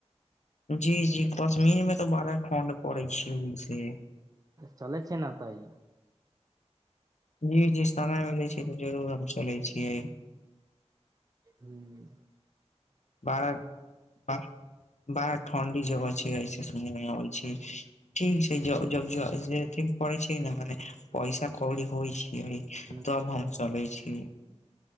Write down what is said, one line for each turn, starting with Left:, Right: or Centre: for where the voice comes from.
Left: जी जी कश्मीर में तऽ बड़ा ठणड पड़े छै ओहिसे
Right: चल छै ने ओतइ
Left: जी जी समय मिलै छै तऽ जरूर हम चलै छियै
Right: हूँ
Left: बड़ा बड़ा ठणडी जगह छै ऐस सुनेइमें आबै छै ठीक छै ज जब जद पढ़ै छ ने म पैसा कौड़ी होइ छी अए
Right: ह
Left: तब हम चलै छी